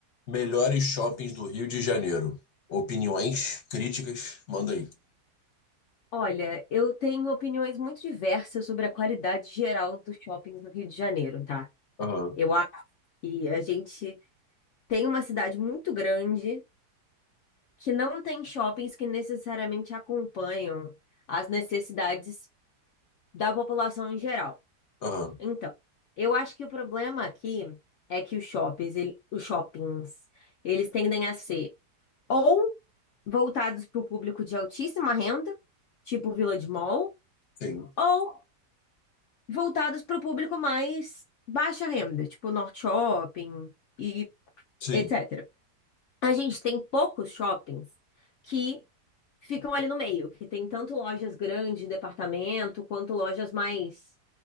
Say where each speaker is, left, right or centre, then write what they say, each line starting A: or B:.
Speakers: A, on the left; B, on the left.
A: Melhores shoppings do Rio de Janeiro. Opiniões, críticas, manda aí.
B: Olha, eu tenho opiniões muito diversas sobre a qualidade geral dos shoppings no Rio de Janeiro, tá?
A: Aham,
B: Eu acho que a gente tem uma cidade muito grande que não tem shoppings que necessariamente acompanham as necessidades da população em geral.
A: aham,
B: Então, eu acho que o problema aqui é que os shoppings, ele- os shoppings, eles tendem a ser ou voltados para o público de altíssima renda, tipo Village Mall,
A: sim,
B: ou voltados para o público mais baixa renda, tipo Norte Shopping e
A: sim.
B: etc. A gente tem poucos shoppings que ficam ali no meio, que tem tanto lojas grandes de departamento quanto lojas mais